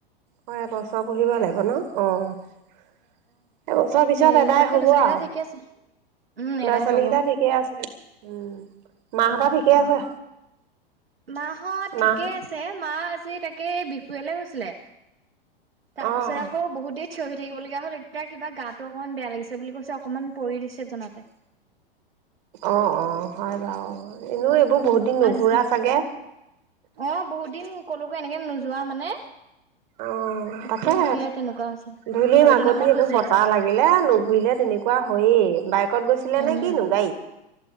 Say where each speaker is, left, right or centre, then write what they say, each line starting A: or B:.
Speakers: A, on the right (about 45°); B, on the right (about 75°).
A: হয় এ ব। ছৰ পঢ়িব লাগিব ন, অ এবছৰ পিছত
B: হেৰি
A: এদাই
B: বাকী
A: হ'ব
B: ল'ৰা ছোৱালীকেইটা
A: আৰু
B: ঠিকে আছে? উম
A: ল'ৰা
B: এদাই
A: ছোৱালী
B: হ'ব।
A: কেইটা ঠিকে আছে উম। মাহঁতৰ
B: অ
A: ঠিকে আছে
B: অ, মাহত ঠিকেই
A: মাহ
B: আছে মা আজি তাকে বি। য়ালে গৈছিলে। তাৰ
A: অ',
B: পিছত আকৌ, বহুত দেৰি থিয় হৈ থাকিবলগীয়া হ'ল। তেতিয়া কিবা গাটো অকমান বেয়া লাগিছে বুলি কৈছে অকনমান পৰি দিছে বিছনাতে।
A: অ অ হয় বাৰু এনেও। এইবোৰ বহুত দিন নুঘূৰা
B: আজি
A: চাগে
B: অ বহুত দিন কলকো এনেকে নো। যোৱা মানে।
A: অ,
B: এতিয়া
A: তাকে
B: সেয়া তেনেকুৱা হৈছে
A: ধূলি
B: বহুত
A: মাকতি
B: দিনৰ মূৰত
A: এইবোৰ
B: গৈছে
A: বতাহ
B: আজি
A: লাগিলে নুঘূৰিলে তেনেকুৱা হয়েই। বাইকত গৈছিলে
B: উম।
A: নে কিনো গাড়ীত।